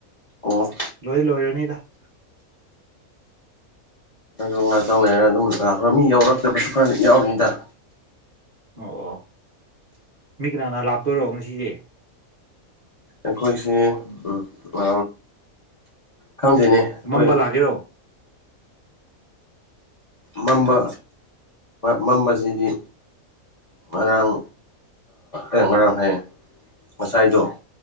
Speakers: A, on the left (about 40°); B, on the right (about 40°).
A: ꯑꯣ
B: ꯂꯣꯏ ꯂꯣꯏꯔꯅꯤꯗ
A: ꯑꯗꯨ ꯉꯥꯇꯪ ꯂꯩꯔ ꯑꯗꯨꯝ ꯂꯥꯛꯈ꯭ꯔꯣ ꯃꯤ ꯌꯥꯎꯔꯛꯇꯕꯁꯨ ꯈꯔ ꯌꯥꯎꯅꯤꯗ
B: ꯑꯣ ꯑꯣ ꯃꯤ ꯀꯅꯥ ꯀꯅꯥ ꯂꯥꯛꯇꯣꯏꯔꯣ ꯉꯁꯤꯁꯦ
A: ꯑꯩꯈꯣꯏꯁꯦ ꯎꯝ ꯑ ꯈꯪꯗꯦꯅꯦ ꯑꯩꯈꯣꯏ
B: ꯃꯝꯕ ꯂꯥꯛꯒꯦꯔꯣ
A: ꯃꯝꯕ ꯃꯝꯕꯁꯤꯗꯤ ꯉꯔꯥꯡ ꯑ ꯉꯔꯥꯡ ꯍꯥꯏ ꯉꯁꯥꯏꯗꯣ